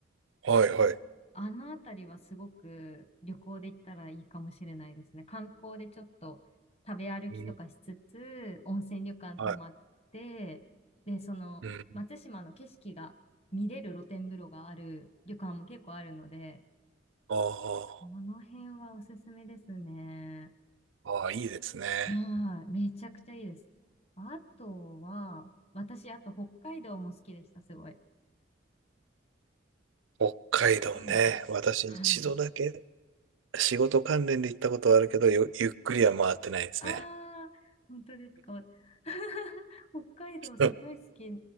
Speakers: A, on the right; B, on the left.
A: あ、はいはい。
B: あのあたりはすごく旅行で行ったらいいかもしれないですね。観光でちょっと食べ歩きとかしつつ、
A: うん、
B: 温泉旅館泊まって、
A: はい。
B: で、その松島の景色が見れる露天風呂がある旅館も結構あるので、
A: うん。あ
B: その辺はおすすめですね。
A: あ、ああ、いいですね。
B: ああ、めちゃくちゃいいです。あとは、私、あと北海道も好きでした、すごい。
A: 北海道ね。
B: 海道。
A: 私一度だけ
B: はい。
A: 仕事関連で行ったことはあるけど、よゆっくりは回ってないですね。
B: ああ、本当ですか。<laughs> 北海道すごい好き
A: <laughs>